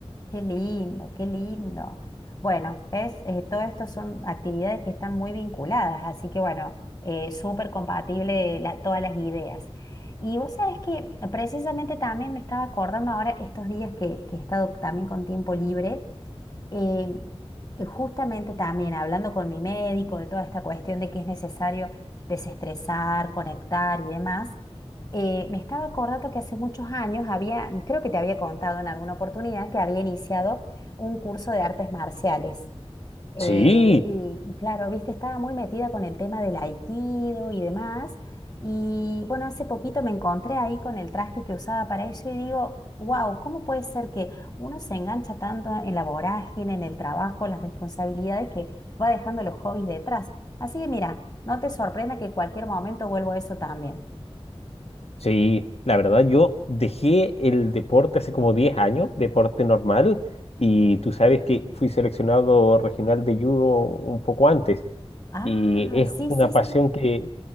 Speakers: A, on the left; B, on the left.
A: Qué lindo, qué lindo. Bueno, ves, Eh, todo esto son actividades que están muy vinculadas, así que bueno, eh, súper compatible la- todas las ideas. Y vos sabés que precisamente también me estaba acordando ahora estos días que, que he estado también con tiempo libre. Eh, justamente también hablando con mi médico de toda esta cuestión de que es necesario desestresar, conectar y demás, eh, me estaba acordando que hace muchos años había, creo que te había contado en alguna oportunidad, que había iniciado un curso de artes marciales. Eh,
B: Sí,
A: y claro, viste, estaba muy metida con el tema del aikido y demás. Y bueno, hace poquito me encontré ahí con el traje que usaba para eso y digo, wow, ¿cómo puede ser que uno se engancha tanto en la vorágine, en el trabajo, en las responsabilidades que va dejando los hobbies detrás? Así que mira, no te sorprenda que en cualquier momento vuelvo a eso también.
B: sí. La verdad, yo dejé el deporte hace como 10 años, deporte normal, y tú sabes que fui seleccionado regional de judo un poco antes.
A: Ah,
B: Y es
A: sí,
B: una
A: sí,
B: pasión
A: sí.
B: que,